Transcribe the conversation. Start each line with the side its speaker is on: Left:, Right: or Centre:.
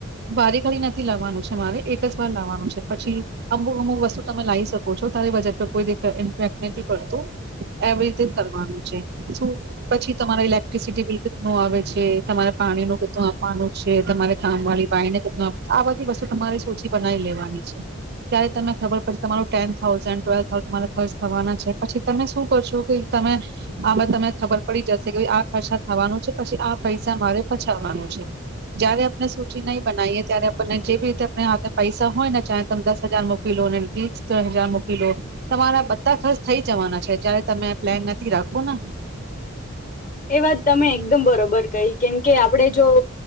Right: બારી ઘડી નથી લાવવાનું છે મારે એક જ વાર લાવવાનું છે પછી અમુક અમુક વસ્તુ તમે લાવ શકો છો તારી બજટ પર કોઈ ઇન્ફેક્ટ નથી પડતું એવી રીતે કરવાનું છે શું પછી તમારા ઇક્ટ્રસિટી બિલ કેટું આવે છે તમારે પાણી નું કેધું આપવાનું છે તમા મને કામ વાળી ભાઈને કેટ આપે આ બધી વસ્તુ તમારે સ ઓછી બનાવી લેવાની છે ત્યારે તને ખબર પડ તમારું ટેન થાઉઝન્ડ ટ્વેલ્ થાઉઝન્ડ તમારે ખર્ચ થવાના છે. પછી તમે શું કર છો કે તમે આમાં તમને ખબર પડી જસે કે આ ખર્ચા થવાનું છે પછી આ પૈસા મારે પચાવવાનું છે. જયારે આપને સૂચિ નહી બનાઈયએ ત્યારે આપણને જે બી રીતે આપ હાથે પૈસા હોય ને ચા તમે દસ હજાર મ મોકી લો અને સતર હજાર મૂકી લો તમારા બધા ખર્ચ થઇ જવાના છે જયારે તમે પ્લેન નથી રાખો ને
Left: એ વાત તમે એકમ બરોબર કઈ કેમ કે આપણે જો